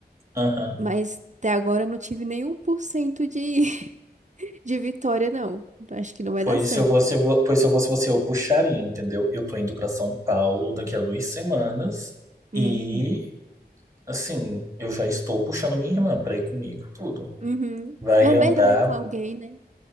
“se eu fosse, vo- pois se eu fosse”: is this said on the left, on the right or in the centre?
Right